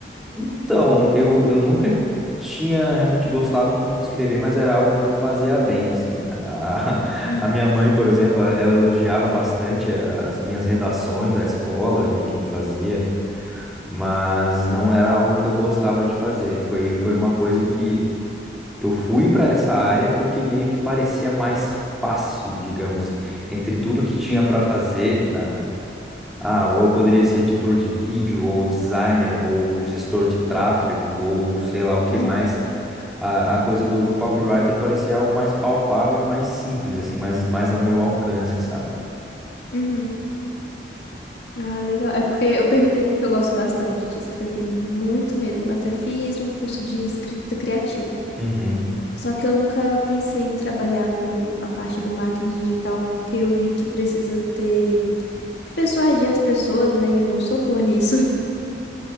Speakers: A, in the centre; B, on the left (about 75°).
A: Então, eu, eu nunca tinha realmente gostado muito de escrever, mas era algo que eu fazia bem, assim. A,
B: Uhum.
A: <laughs> a minha mãe, por exemplo, ela elogiava bastante as minhas redações da escola ali que eu fazia, mas não era algo que eu gostava de fazer. Foi, foi uma coisa que eu fui para essa área porque meio que parecia mais fácil, digamos, entre tudo que tinha
B: Uhum.
A: para fazer na ah, ou eu poderia ser editor de vídeo, ou designer, ou gestor de tráfego, ou sei lá o que
B: Uhum.
A: mais. A, a coisa do, do copywriter parecia algo mais palpável e mais simples, assim, mais, mais ao meu alcance, sabe?
B: Uhum. Ah, legal. É porque eu perguntei porque eu gosto bastante de escrever, muito mesmo. Até fiz um curso de escrita criativa.
A: Uhum.
B: Só que eu nunca pensei em trabalhar com a parte do marketing digital porque eu vi que precisa ter que persuadir as pessoas, né? E eu não sou boa nisso. <laughs>